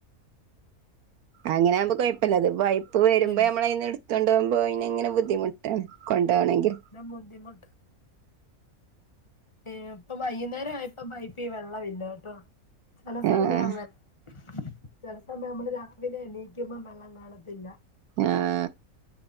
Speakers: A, on the right; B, on the left.
A: അങ്ങനാവുമ്പോ കുഴപ്പമില്ല അത് പൈപ്പ് വരുമ്പോ
B: ഇല്ല
A: ഞമ്മളയിന്ന് എടുത്തോണ്ട് പോമ്പൊ അയിന് ഇങ്ങനെ ബുദ്ധിമുട്ട് കൊണ്ടോണങ്കിൽ
B: ബുദ്ധിമുട്ട് ഏഹ് ഇപ്പൊ വൈകുന്നേരം ആയപ്പ പൈപ്പി വെള്ളം ഇല്ല കേട്ടോ ചില
A: ആഹ്
B: സമയം അങ്ങനെ ചില സമയം നമ്മള് രാവിലെ എണീക്കുമ്പോ വെള്ളം കാണത്തില്ല
A: ആഹ